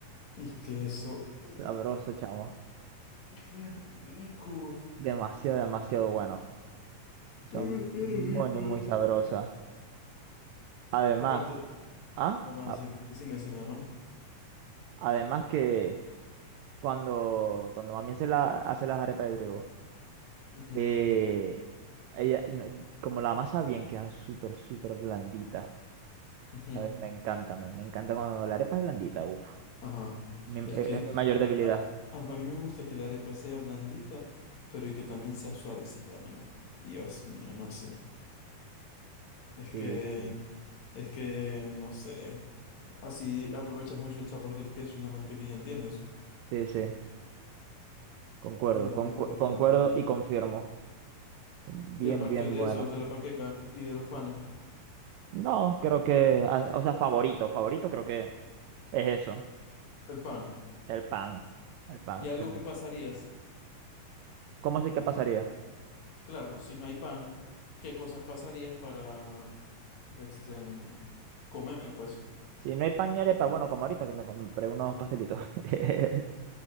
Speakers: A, on the left; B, on the right.
A: y queso. Uh,
B: Sabroso, chamo.
A: ¡Qué rico!
B: Demasiado, demasiado bueno. Son
A: Demasiado
B: muy,
A: rico,
B: muy
A: loco.
B: muy sabrosas. Además,
A: Aparte,
B: ¿ah?
A: además,
B: A-
A: decime, decime, decime, además.
B: Además que cuando, cuando mami hace, la, hace las arepas de trigo.
A: Ujú,
B: Eh, ella- no- como la masa bien, quedan súper, súper blanditas.
A: ujú,
B: A ver, Me encanta, me, me encanta cuando la arepa es blandita. Uf,
A: Ajá.
B: Mi-
A: Es
B: eh,
A: que
B: es mi mayor debilidad.
A: a, a, a mí me gusta que la arepa sea blandita, pero y que también sea suavecita, men. Dios mío, no sé. Es
B: Sí,
A: que,
B: sí,
A: es que, no sé. Así aprovechas mucho el sabor del queso y la mantequilla, ¿entiendes?
B: sí, sí, concuerdo,
A: Y es demasiado
B: concu-
A: rico,
B: concuerdo
A: man.
B: y confirmo. Bien,
A: Y aparte
B: bien
A: de
B: buena.
A: eso, de la panqueca y de los panes,
B: No, creo que, ah, o sea, favorito, favorito creo que es eso,
A: el pan.
B: el pan. El pan.
A: Y algo
B: sí.
A: que pasarías,
B: ¿Cómo así que pasaría?
A: claro, si no hay pan, ¿qué cosas pasarías para este, comer, pues.
B: Si no hay pan ni arepa, bueno, como ahorita que me compré unos pastelitos. <laughs>